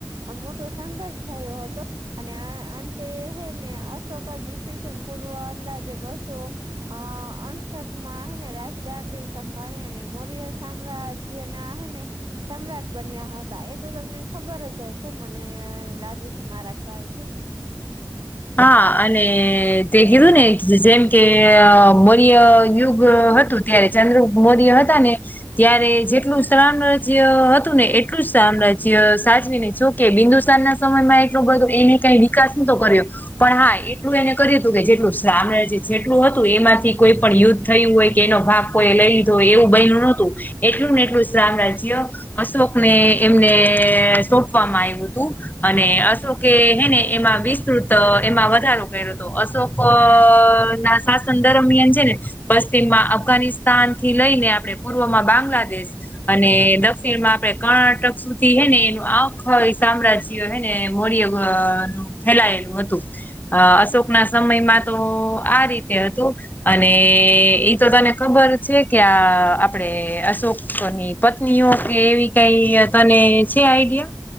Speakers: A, on the right; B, on the left.
A: આ મોટો સંઘર્ષ થયો હતો અને અંતે હે ને અશોક જ ઈશવ પૂર્વ અંદાજે બસો અહ અડસઠ માં હે ને રાજ ગાંધી સંભાળી અને મોર્ય સામ્રાજ <unintelligible> હેને સમ્રાટ બન્યા હતા, એતો તમને ખબર જ હશે મને લાગે છે મારા ખ્યાલથી
B: હા અને તે કીધું ને જેમ કે મૌર્ય યુગ હતું ત્યારે ચંદ્રગુપ્ત મોર્ય હતા ને ત્યારે જેટલું સામ્રાજ્ય હતું ને એટલું જ સામ્રાજ્ય સાજવીને જો કે બિંદુસારના સમયમાં એટલું બધું, એને કઈ વિકાસ નતો કર્યો. પણ હા એટલું એને કર્યું હતું કે જેટલુ સામ્રાજ્ય જેટલું હતું એમાંથી કોઈ પણ યુદ્ધ થયું હોય કે એનો ભાગ કોઈએ લઈ લીધો હોય એવું બઈનું નતું. એટલું ને એટલું સામ્રાજ્ય અશોકને એમને સોંપવામાં આવ્યું તું. અને અશોકે હેને એમાં વીસ તૃત એમાં વધારો કર્યો હતો, અશોકના શાસન દરમિયાન છે ને પશ્ચિમમાં અફઘાનિસ્તાનથી લઈને આપડે પૂર્વમાં બાંગ્લાદેશ અને દક્ષિણમાં આપડે કર્ણાટક સુધી હે ને એનું આખય સામ્રાજ્ય હેને મોર્ય અહ નું ફેલાયેલું હતું અહ અશોકના સમયમાં તો આ રીત તે હતું અને એ તો તને ખબર છે, કે આ આપડે અશોક ની પત્નીઓ કે એવી કઈ તને છે, આઈડિયા?